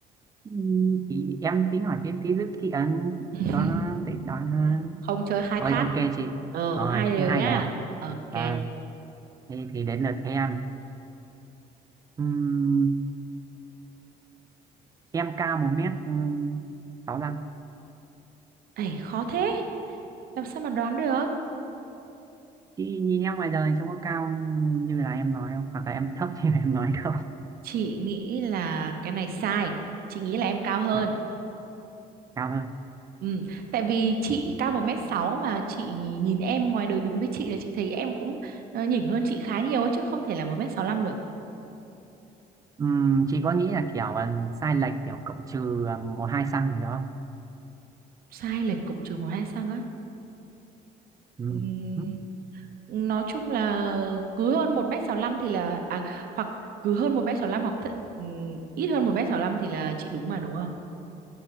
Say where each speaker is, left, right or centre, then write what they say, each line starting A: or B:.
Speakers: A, on the right; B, on the right.
A: Ừm, thì em tính hỏi thêm tí giúp chị ấn
B: <laughs>
A: cho nó dễ đoán hơn
B: không chơi khai
A: rồi
B: thác
A: ok chị
B: ờ
A: rồi
B: hai đều
A: cái hai
B: nhá
A: đều
B: ok
A: vâng thì, thì đến lượt em Ừm, em cao một mét ừ, sáu lăm
B: ấy khó thế làm sao mà đoán được
A: chứ nhìn em ngoài đời trông có cao như là em nói không hoặc là em thấp <laughs> như là em nói không
B: chị nghĩ là cái này sai chị nghĩ là em cao hơn
A: Dạ, cao hơn
B: Ừ, tại vì chị cao một mét sáu mà chị nhìn em ngoài đời đứng với chị là chị thấy em cũng ờ, nhỉnh hơn chị khá nhiều ấy, chứ không thể là 1 m lăm được.
A: Ừm, chị có nghĩ là kiểu ờ, sai lệch kiểu cộng trừ ờ, một hai xăng gì đó không
B: Sai lệch cũng trừ một hai cm á.
A: Ừm,
B: Ừm,
A: ừm,
B: nói chung là cứ hơn 1 m lăm thì là à hoặc cứ hơn 1m65 hoặc th ừm, ít hơn 1 m lăm thì là chị đúng mà đúng không?